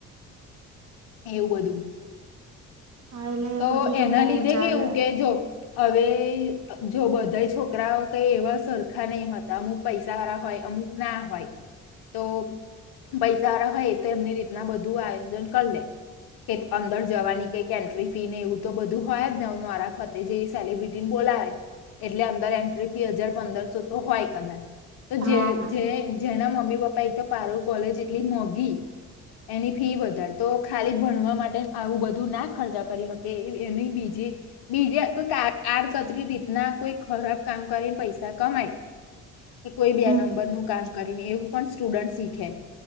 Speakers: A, on the left; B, on the right.
A: એવું બધું.
B: હા એટલે એ
A: તો
B: બધું
A: એના
B: બહુ
A: લીધે
B: ચાલે
A: કેવું કે જો હવે જો બધા છોકરાઓ કઈ એવા સરખા નહી હતા અમુક પૈસા વાળા હોય અમુક ના હોય તો પૈસા વાળા હ એ તો એમની રીતના બધું આયોજન કરી લે. એક અંદર જવાની કઈક એન્ટ્રી ફી ને એવું તો બધું હોય જ મારા ફતે જે સેલિબ્રિટીને બોલાવે એટલે અંદર એન્ટ્રી બે હજાર પંદરસો તો હોય કદાચ તો જે
B: હા
A: જેના મમ્મી પપ્પા એક તો પારોર કોલેજ એટલી મોઘી એની ફી વધારે તો ખાલી ભણવા માટે આવું બધું ના ખર્ચા કરી શકે એની બીજી બીજા કો આડકતરી રીતના કોઈ ખરાબ કામ કરીને પૈસા કમાય કે કોઈ બે
B: હમ
A: નંબરનું કામ કરીને એવું પણ સ્ટુડન્ટ શીખે